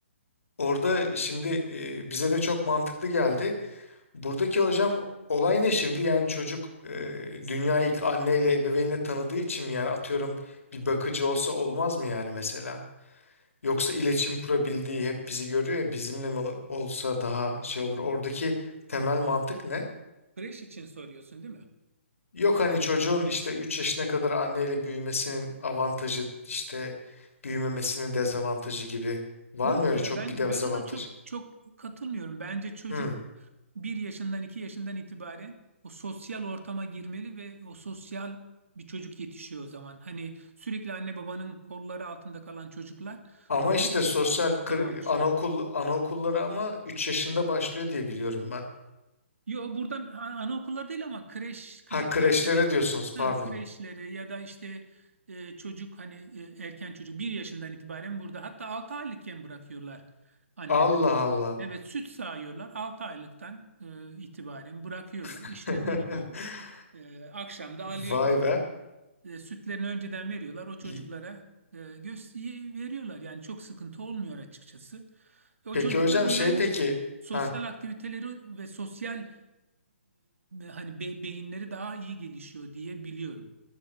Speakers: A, on the left; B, on the right.
A: orada şimdi e, bize de çok mantıklı geldi. Buradaki hocam olay ne şimdi? Yani çocuk e, dünyayı ilk anneyle ebeveynle tanıdığı için mi yani atıyorum bir bakıcı olsa olmaz mı yani mesela? Yoksa iletişim kurabildiği hep bizi görüyor ya bizimle mi olsa daha şey olur. Oradaki temel mantık ne?
B: Kreş için soruyorsun değil mi?
A: Yok hani çocuğun işte 3 yaşına kadar anneyle büyümesinin avantajı işte büyümemesinin dezavantajı gibi. Var
B: Yok
A: mı öyle
B: ya
A: çok
B: ben
A: bir dezavantaj?
B: ben ona çok çok katılmıyorum. Bence çocuk
A: Hmm.
B: bir yaşından iki yaşından itibaren o sosyal ortama girmeli ve o sosyal bir çocuk yetişiyor o zaman. Hani sürekli anne babanın kolları altında kalan çocuklar
A: Ama
B: daha
A: işte
B: geç
A: sosyal
B: ortama
A: kır-
B: alışıyor.
A: anaokul anaokulları ama 3 yaşında başlıyor diye biliyorum ben.
B: Yo burada a- anaokulları değil ama kreş kreşler
A: Ha kreşlere
B: de demeyeyim.
A: diyorsunuz
B: Ha,
A: pardon.
B: kreşlere ya da işte e, çocuk hani e, erken çocuk bir yaşından itibaren burada hatta altı aylıkken bırakıyorlar anneler.
A: Allah Allah.
B: Evet süt sağıyorlar. 6 aylıktan e, itibaren bırakıyorlar.
A: <laughs>
B: İşlerine gidiyorlar. E, akşam da alıyorlar.
A: Vay be.
B: E, sütlerini önceden veriyorlar. O çocuklara
A: İyi.
B: e, göz veriyorlar. Yani çok sıkıntı olmuyor açıkçası. E, o
A: Peki
B: çocukların
A: hocam şey
B: ben
A: peki.
B: sosyal
A: Ha
B: aktiviteleri ve sosyal e, hani be- beyinleri daha iyi gelişiyor diye biliyorum.